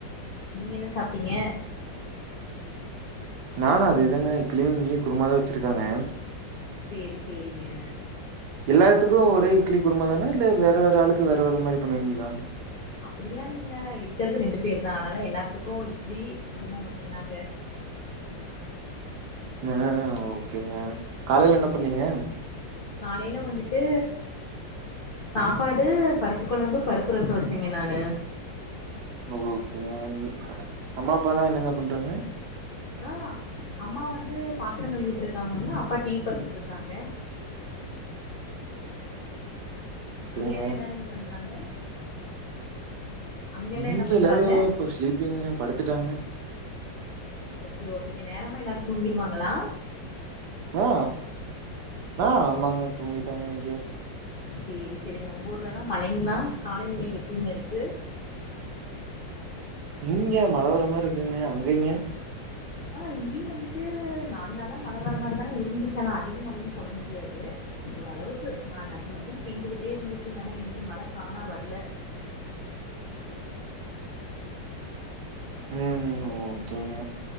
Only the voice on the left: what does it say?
நீங்க என்ன சாப்ட்டீங்க
செரி செரிங்க
அப்படிலா இல்லங்க இருக்கறிறது ரெண்டு பேரு தா ஆனால எல்லாத்துக்கு இட்லி குருமா மட்டும்தாங்க
காலைல வந்துட்டு சாப்பாடு பருப்பு கொழம்பு பருப்பு ரசோ வச்சங்க நானு
ஆ அம்மா வந்து பாத்திரம் கழுவிட்டு இருக்காங்கங்க அப்பா டிவி பாத்துட்டு இருக்காங்க அங்கலா
எல்லாரு என்ன பண்றாங்க அங்க எல்லா
என்ன பண்றாங்க
ஓகே ங்க நேரமா எல்லாரு தூங்கிருவாங்களா
செரி செரிங்க ஊர்லல்லா மழைங்களா காலநிலை எப்டிங்க இருக்கு
ஆ இங்கேயு வந்துட்டு நாலு நாளா மழ வர மாரிதாங்க இருந்துச்சு ஆனா அதிக மழன்னு சொல்ல முடியாது ஓரளவுக்கு நச நசன்னு பெஞ்சிக்கிட்டே இருந்துச்சுங்க ஆனா இன்னைக்கு மழை காணா வரல
ஹலோ